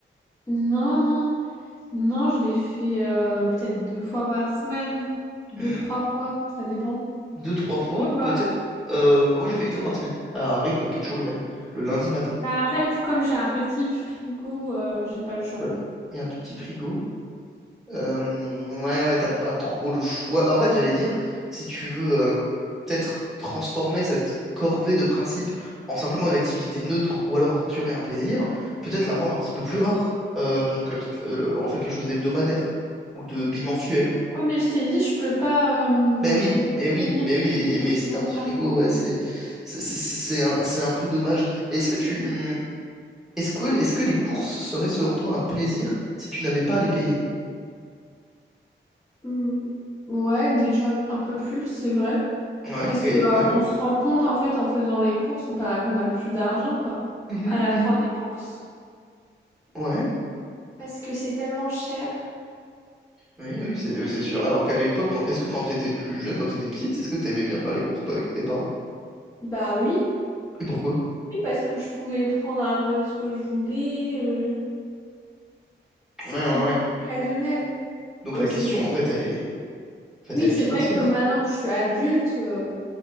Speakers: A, on the left; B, in the centre.
A: Non, non, non, je les fais euh, peut-être deux fois par semaine, deux,
B: Hmm,
A: trois fois, ça dépend.
B: Deux, trois fois,
A: Et toi?
B: peut-être. Euh, bah moi, j'ai fait une fois par semaine, à un rythme qui est toujours le même, le lundi matin.
A: Bah, en fait, comme j'ai un petit frigo, euh, j'ai pas le choix.
B: Ouh là là, il y a un tout petit frigo. Euh, ouais, ouais, t'as pas trop le choix. Bah, en fait, j'allais dire, si tu veux euh, peut-être transformer cette corvée de principes en simplement une activité neutre ou alors a fortiori un plaisir, peut-être la rendre un petit peu plus rare. Euh, donc, euh, peut-être euh, le- en faire quelque chose d'hebdomadaire ou de bimensuel.
A: Ouais, mais je t'ai dit, je peux pas, euh,
B: Mais oui,
A: je peux pas
B: et oui,
A: tenir
B: mais oui, eh, mais
A: aussi
B: si
A: longtemps.
B: t'as un petit frigo, ouais, c'est c'est c'est- c'est un, c'est un peu dommage. Mais est-ce que tu. hum, Est-ce que, est-ce que les courses seraient selon toi un plaisir si tu n'avais pas à les payer?
A: Hmm. Ouais, déjà un peu plus, c'est vrai.
B: Ouais,
A: Parce
B: et
A: que, euh,
B: ouais.
A: on se rend compte, en fait, en faisant les courses, bah, qu'on n'a plus d'argent, quoi,
B: Mhm,
A: à la
B: mhm,
A: fin des courses.
B: ouais.
A: Parce que c'est tellement cher.
B: Oui, oui, c'est oui, c'est sûr. Alors qu'à l'époque, quand- est-ce que quand t'étais plus jeune, quand t'étais petite, est-ce que t'aimais bien faire les courses ou pas avec tes parents?
A: Bah oui.
B: Et pourquoi?
A: Oui, parce que je pouvais prendre un peu ce que je voulais. euh, C'était
B: Ouais, ouais,
A: plus
B: ouais.
A: occasionnel
B: Donc
A: aussi.
B: la question, en fait, elle est, en fait,
A: Oui,
B: elle est
A: c'est
B: financière.
A: vrai que maintenant que je suis adulte, euh,